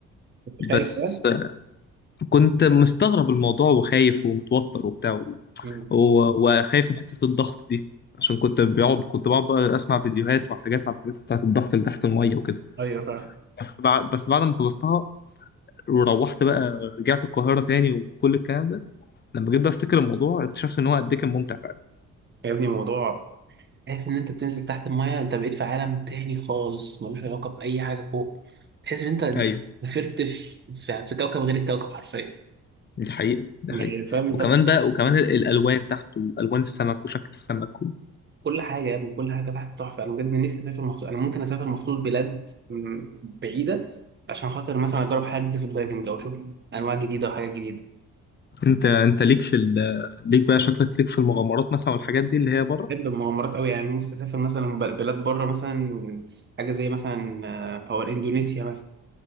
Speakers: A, on the right; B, on the left.
A: كنت
B: بس
A: خايف بقى
B: كنت مستغرب الموضوع وخايف ومتوتر وبتاع و...
A: مم.
B: و- وخايف من حته الضغط دي عشان كنت بقعد كنت بقعد بقى اسمع فيديوهات وحاجات عن الحاجات بتاعت الضغط اللي تحت الميه وكده
A: ايوه فعلا
B: بس بعد بس بعد ما خلصتها وروحت بقى رجعت القاهره تاني وكل الكلام ده لما جيت بقى افتكر الموضوع اكتشفت ان هو قد ايه كان ممتع فعلا
A: يا ابني موضوع تحس ان انت بتنزل تحت المايه انت بقيت في عالم تاني خالص ملوش علاقه باي حاجه فوق تحس ان انت أنت
B: ايوه
A: سافرت في في في كوكب غير الكوكب حرفيا
B: دي حقيقة دي حقيقة
A: يعني فاهم انت
B: وكمان بقى وكمان ال- الالوان تحته الوان السمك وشكل السمك و...
A: كل حاجه يا ابني كل حاجه تحت تحفه انا بجد نفسي اسافر مخصوص انا ممكن اسافر مخصوص بلاد م- بعيده عشان خاطر مثلا اجرب حاجه جديده في الدايفنج او اشوف انواع جديده وحاجات جديده
B: انت انت ليك في ال... ليك بقى شكلك ليك في المغامرات مثلا والحاجات دي اللي هي بره
A: بحب المغامرات قوي يعني نفسي اسافر مثلا بل- بلاد بره مثلا حاجه زي مثلا آه، او اندونيسيا مثلا